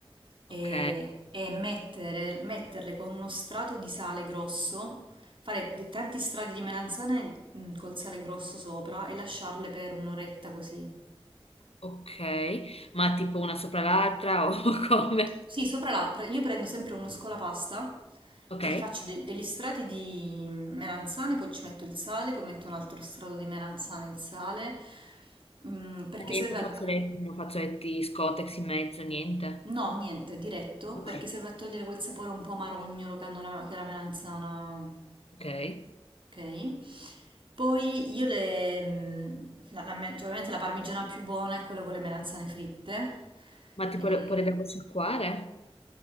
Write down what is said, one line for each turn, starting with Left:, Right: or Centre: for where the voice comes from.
Right: e,
Left: Ok,
Right: e mettere- metterle con uno strato di sale grosso, fare dei tanti strati di melanzane mm, col sale grosso sopra e lasciarle per un'oretta così.
Left: ok, ma tipo una sopra l'altra o <laughs> come?
Right: Sì, sopra la, pre- io prendo sempre uno scolapasta
Left: Ok,
Right: e faccio de- degli strati di melanzane, poi ci metto il sale, poi metto un altro strato di melanzane e il sale, mm, perché
Left: Ma niente
Right: serve
Left: fazzoletti,
Right: a...
Left: non fazzoletti scotex in mezzo, niente.
Right: No, niente, diretto,
Left: Ok,
Right: perché serve a togliere quel sapore un po' amarognolo che hanno la, che la melanzana,
Left: ok,
Right: ok? Poi io le... mm, la- la me- cioè, ovviamente la parmigiana più buona è quella con le melanzane fritte,
Left: ma tipo
Right: e
Left: le, poi le devo sciacquare?